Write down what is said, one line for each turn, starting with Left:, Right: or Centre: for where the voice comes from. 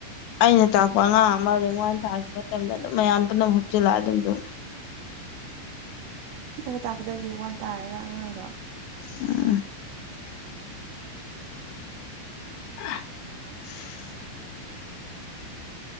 Left: ꯑꯩꯅ ꯇꯥꯛꯄ ꯑꯉꯥꯡ ꯑꯃ ꯔꯦꯡ ꯋꯥꯟ ꯇꯥꯈꯤꯕ ꯃꯇꯝꯗ ꯑꯗꯨꯝ ꯃꯌꯥꯝ ꯄꯨꯝꯅꯃꯛ ꯍꯨꯞꯆꯤꯜꯂꯛꯑ ꯑꯗꯨꯝ ꯑꯗꯨꯝ
Right: ꯅꯪꯩꯅ ꯇꯥꯛꯄꯗ ꯔꯦꯡ ꯋꯥꯟ ꯇꯥꯔꯒ ꯑꯉꯥꯡꯗꯣ
Left: ꯎꯝ <inaudible>